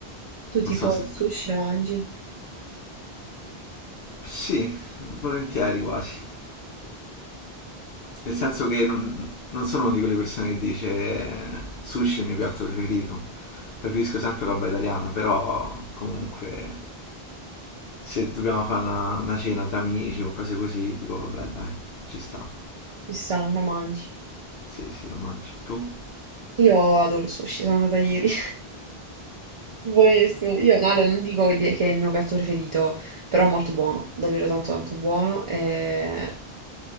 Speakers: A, on the right; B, on the left.
A: Tu tipo
B: non so se
A: il sushi
B: tu...
A: lo mangi?
B: Sì, volentieri quasi, nel senso che non, non sono una di quelle persone che dice eh, sushi è il mio piatto preferito, preferisco sempre roba italiana, però comunque se dobbiamo fare una, una cena tra amici o cose così, dico vabbè dai, ci sta,
A: Chissà, lo mangi.
B: sì, sì, lo mangio. Tu?
A: Io adoro il sushi, sono andata ieri. <laughs> Buonissimo. Io no, allora, non dico che di- che è il mio piatto preferito, però è molto buono, davvero tanto tanto buono. E...